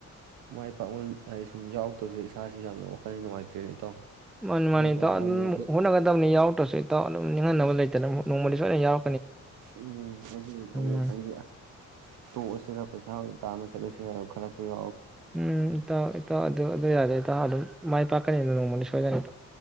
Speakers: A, on the right; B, in the centre.
A: ꯃꯥꯏ ꯄꯥꯛꯅ ꯍꯥꯏꯗꯤ ꯁꯨꯝ ꯌꯥꯎꯔꯛꯇꯕꯁꯦ ꯏꯁꯥꯁꯤ ꯌꯥꯝꯅ ꯋꯥꯈꯜ ꯅꯨꯡꯉꯥꯏꯇ꯭ꯔꯦꯅꯦ ꯏꯇꯥꯎ
B: ꯃꯕꯤ
A: ꯑꯗꯨꯅꯀꯣ
B: ꯃꯥꯅꯤ ꯑꯗꯨꯝ
A: ꯑꯃꯨꯛꯁꯨ
B: ꯍꯣꯠꯅꯒꯗꯕꯅꯤ ꯌꯥꯥꯎ ꯐꯁꯨ ꯏꯇꯥꯎ ꯑꯗꯨꯝ ꯅꯤꯡꯍꯟꯅꯕ ꯂꯩꯇꯅ ꯅꯣꯡꯃꯗꯤ ꯁꯣꯏꯅ ꯌꯥꯎ
A: ꯎꯝ ꯐ <unintelligible>
B: ꯃꯥꯅꯤ
A: ꯇꯨ ꯑꯁꯤꯗ ꯄꯩꯁꯥ ꯑꯣꯏ ꯇꯥꯅ ꯆꯠ ꯑꯁꯤꯗ ꯈꯔ ꯀꯎ
B: ꯎꯝ ꯏ ꯇ ꯏ ꯇꯥꯎ ꯑꯗꯨ ꯑꯗꯨ ꯌꯥꯗꯦ ꯏ ꯑꯗꯨꯝ ꯃꯥꯏ ꯄꯥꯛꯀꯅꯤꯗ ꯅꯣꯡꯃꯅꯤ ꯁꯣꯏꯗꯅꯤ